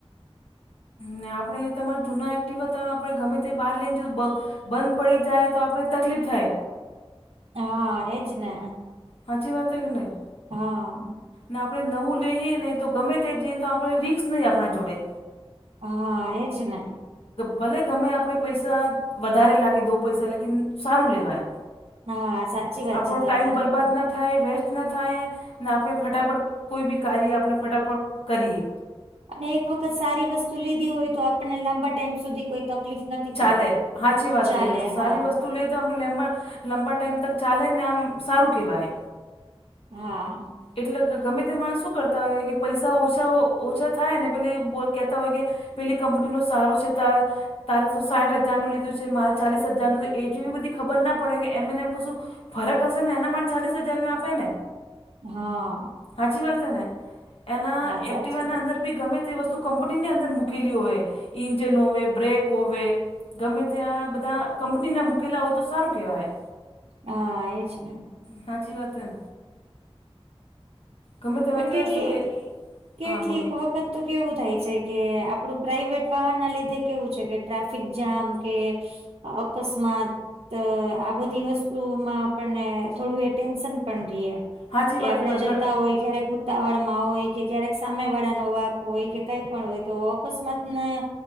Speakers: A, on the left; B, on the right.
A: ને આપણે તમારે જુના એક્ટિવા ત આપણે ગમે તે બહાર લઈને જો બ બંધ પડી જાય તો આપણે તકલીફ થાય.
B: હા એજ ને
A: હાચી વાત જ ન ઈ
B: હા
A: ને આપણે નવું લઈએ નહી તો ગમે તે જઈએ, તો આપણે રિક્સ નહી આપણા જોડે.
B: હા એજ ન
A: ભલે ગમે આપણે પૈસા વધારે લાગે દો પૈસા લેકીન સારું લેવાય.
B: હા સાચી વાત
A: આપડો
B: છે
A: ટાઈમ
B: તમારી
A: બરબાદ ના થાય વેસ્ટ એતના થાય ને આપણે ફટાફટ કોઈભી કાર્ય આપણે ફટાફટ કરીએ.
B: અને એક વખત સારી વસ્તુ લીધી હોય તો આપણને લાંબા ટાઈમ સુધી કોઈ તકલીફ નથી.
A: ચાલે
B: પડતી
A: હાચી વાત
B: ચાલે
A: એ સારી
B: હા
A: વસ્તુ તો લેતો લેમ્બા લાંબા ટાઈમ તક ચાલે ને આમ સારું કહેવાય
B: હા
A: એટલે ગમે તે માણસ શું કરતા હોય કે પૈસા ઓછા ઓછા થાય, ને પેલે કહેતા હોય કે પેલી કંપનીનો સારો છે, ત તારે તો સાઈઠ હજારનું લીધું છે, મારે ચાલીસ હજારનુ એ જેવી, બધી ખબર ના પડે કે એમને એમ કશુ ફરક હશે ને એના માટે ચાલીસ હજાર મેં આપે ને
B: હા
A: હાચી વાત ને એના
B: હા સાચી
A: એક્ટિવા
B: વાત
A: ના અંદર વી ગમે તે વસ્તુ કંપનીની અંદર મૂકેલી હોય ઇન્જન હોવે, બ્રેક હોવે. ગમે ત્યાં બધા કંપનીના મુકેલા હોય, તો સારુ કેવાય
B: હા એજ ને
A: હાચી વાત ન ગમે તેમાં
B: પણ કેટલેક
A: કહેશું કે
B: કેટલીક
A: હા બોલો
B: વખત તો કેવું થાય છે કે આપડું પ્રાાઈવેટ વાહનના લીધે કેવું છે, કે ટ્રાફિક જામ કે અપ અકસ્માત આ બધી વસ્તુમાં આપણને થોડું એ ટેન્શન પણ રીય અમે
A: હાચી
B: કે
A: વાત
B: આપણે
A: બગડ
B: જતા હોય, ક્યારેક ઉતાવળમાં હોય કે ક્યારેક સામે વાળાનો વાક હોય કે કઈ પણ હોય, તો અકસ્માતને